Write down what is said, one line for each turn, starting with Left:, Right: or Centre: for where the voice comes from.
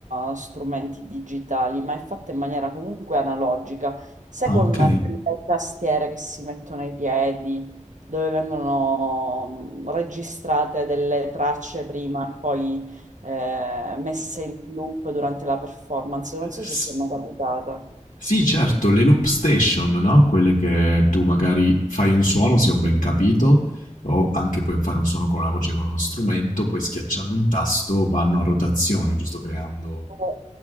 Right: eh, strumenti digitali, ma è fatta in maniera comunque analogica, se
Left: Ah,
Right: con
Left: ok.
Right: le tastiere che si mettono ai piedi, dove vengono mm, registrate delle tracce prima e poi eh, messe in loop durante la performance, non so
Left: S-
Right: se ti è mai capitata.
Left: sì, certo, le loop station, no? Quelle che tu magari fai un suono, se ho ben capito, o anche puoi fare un suono con la voce con uno strumento, poi schiacciando un tasto vanno a rotazione, giusto creando
Right: Eh,